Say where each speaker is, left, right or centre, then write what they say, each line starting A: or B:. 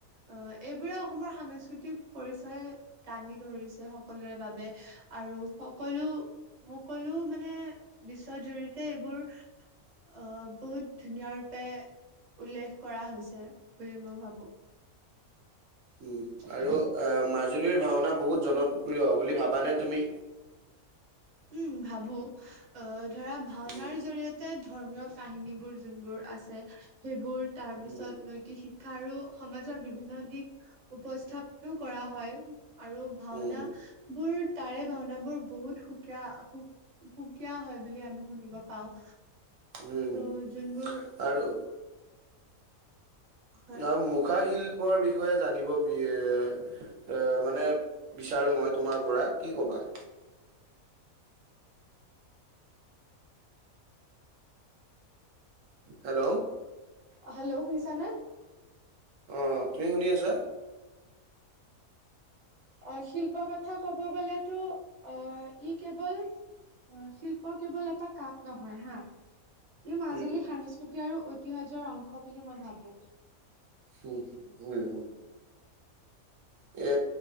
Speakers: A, on the right (about 40°); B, on the right (about 70°).
A: আহ এইবোৰে অসমৰ সাংস্কৃতিক পৰিচয়। দাঙি ধৰিছে সকলোৰে বাবে আৰু সকলো। সকলো মানে বিশ্ব জুৰিতে এইবোৰ আহ বহুত ধুনীয়া ৰূপে উল্লেখ কৰা হৈছে বুলি মই ভাবো।
B: উম,
A: <inaudible>
B: আৰু অ' মাজুলীৰ ভাওনা বহুত জনপ্ৰিয় প্ৰিয় বুলি ভাবানে তুমি?
A: উম ভাবোঁ। অ' ধৰা ভাওনাৰ
B: উম,
A: কাহিনীবোৰ যোনবোৰ আছে সেইবোৰ তাৰ পিছত
B: উম,
A: নৈতিক শিক্ষা আৰু সমাজৰ বিভিন্ন দিশ উপস্থাপনো কৰা হয় আৰু ভাওনা
B: উম।
A: বোৰ তাৰে ভাওনাবোৰ বহুত সু কীয় সুকীয়া সুকীয়া হয় বুলি আমি শুনিব পাওঁ।
B: উম
A: ত' যোনবোৰ
B: আৰু
A: হয়
B: ইয়াৰ মুখা শিল্পৰ বিষয়ে জানিব বি এ অ' মানে বিচাৰো মই তোমাৰ পৰা কি কবা? হেল্ল'?
A: অ' হেল্ল' শুনিছানে?
B: অ' তুমি শুনি আছা?
A: অ' শিল্প কথা ক'ব গলেতো অ' ই কেৱল অ' শিল্প কেৱল এটা কাম নহয় হা। ই মাজুলীৰ
B: উম
A: সাংস্কৃতিক আৰু ঐতিহাহ্যৰ অংশ বুলি মই ভাবোঁ।
B: <unintelligible> এ